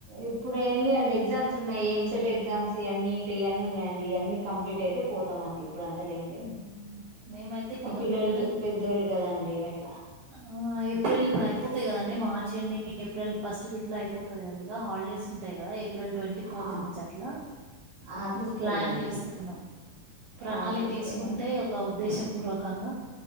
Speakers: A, on the right; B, on the right.
A: ఇప్పుడు ఏం లేండి ఎగ్జామ్స్ ఉన్నాయి. ఎంసెట్ ఎగ్జామ్స్ ఈయన్ని ఇటు ఈయన్ని ఉన్నాయండి. ఈయన్ని కంప్లీట్ అయితే పోతామండి. ఇప్పుడు అంతా లేం లేదు
B: మ్మ్. మేమైతే
A: మా
B: ఇక
A: పిల్లలు
B: పిల్లలకి ఇప్పుడు
A: పెద్దోళ్ళు కదండి అట్లా
B: ఆ ఏప్రిల్ ఇప్పుడు అయిపోతాయి కదండి మార్చ్ ఎండింగ్ ఏప్రిల్ ఫస్ట్ వీక్లో అయిపోతది కదా ఇక హాలిడేస్. టయి కదా ఏప్రిల్ ట్వంటీ ఫోర్త్
A: ఆ
B: నుంచి అట్లా
A: ఆ తీసుకెళ్ళండి
B: ఇంక ప్లాన్ చేస్తున్నం. ప్రణాళిక
A: ఆ తీసుకెళ్ళండి
B: ఏస్కుంటే ఒక ఉద్దేశం పూర్వకంగా